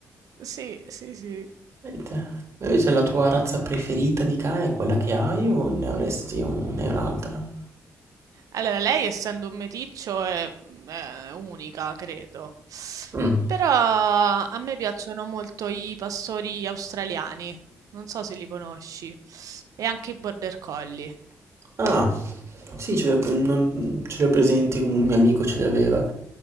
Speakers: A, on the right; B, on the right.
A: Sì, sì, sì.
B: Vedi te. Invece la tua razza preferita di cane è quella che hai o ne avresti un- ne hai un'altra?
A: Allora, lei essendo un meticcio è, mm, è unica, credo.
B: Mm.
A: Però a me piacciono molto i pastori australiani, non so se li conosci, e anche i border collie.
B: Ah, sì, ce li ho, pre- non- ce li ho presenti, un mio amico ce li aveva.